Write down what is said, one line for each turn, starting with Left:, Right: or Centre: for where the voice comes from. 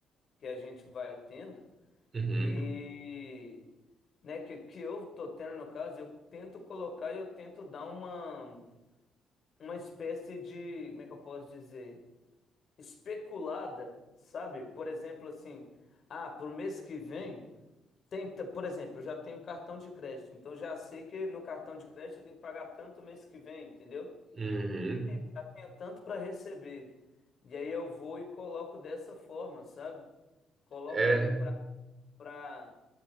Left: que a gente vai tendo.
Right: uhum,
Left: E, né, que, que eu tô tendo no caso, eu tento colocar e eu tento dar uma. uma espécie de, como é que eu posso dizer, especulada, sabe? Por exemplo, assim, ah, pro mês que vem tem, t- por exemplo, eu já tenho cartão de crédito, então já sei que no cartão de crédito eu tenho que pagar tanto mês que vem, entendeu?
Right: uhum.
Left: Aí Eu já tenho tanto para receber. E aí eu vou e coloco dessa forma, sabe? Coloco
Right: É
Left: ali para para